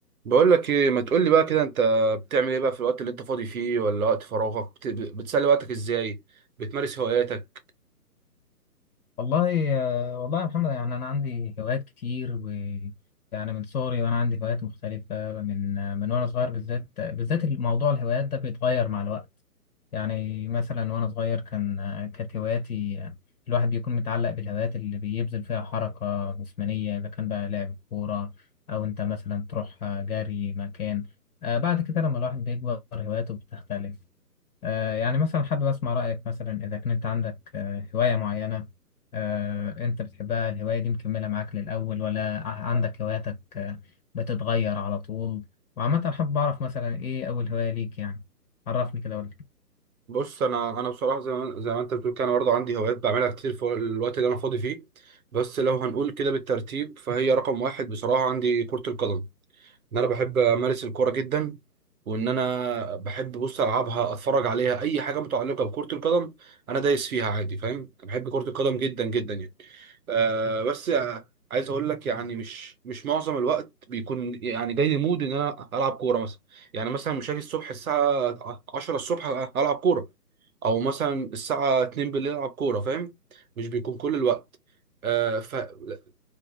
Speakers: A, on the right (about 60°); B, on the left (about 65°).
A: بقول لك ايه ما تقول لي بقى كده انت بتعمل ايه بقى في الوقت اللي انت فاضي فيه ولا وقت فراغك بت... بتسلي وقتك ازاي بتمارس هواياتك
B: والله آه، والله يا محمد يعني انا عندي هوايات كتير و يعني من صغري وانا عندي هوايات مختلفه من آه، من وانا صغير بالذات بالذات الموضوع الهوايات ده بيتغير مع الوقت يعني مثلا وانا صغير كان آه، كانت هواياتي آه، الواحد بيكون متعلق بالهوايات اللي بيبذل فيها حركه جسمانيه اذا كان بقى لعب كوره او انت مثلا تروح آه، جري مكان آه، بعد كده لما الواحد بيكبر هواياته بتختلف آه، يعني مثلا حابب أسمع رأيك مثلا إذا كنت عندك آه، هواية معينة آه، أنت بتحبها الهواية دي مكملة معاك للأول ولا ع- عندك هواياتك آه، بتتغير على طول وعامة حابب أعرف مثلا إيه أول هواية ليك يعني عرفني كده قول لي
A: بص انا انا بصراحه زي ما زي ما انت بتقول كده انا برضه عندي هوايات بعملها كتير في الوقت اللي انا فاضي فيه بس لو هنقول كده بالترتيب فهي رقم واحد بصراحه عندي كره القدم ان انا بحب امارس الكوره جدا وان انا بحب بص العبها اتفرج عليها اي حاجه متعلقه بكره القدم انا دايس فيها عادي فاهم أنا بحب كره القدم جدا جدا يعني آه بس آه، عايز اقول لك يعني مش مش معظم الوقت بيكون يعني جاي لي مود ان انا العب كوره مثلا يعني مثلا مش هاجي الصبح الساعه 10 الصبح العب كوره او مثلا الساعه 2 بالليل العب كوره فاهم مش بيكون كل الوقت آه ففي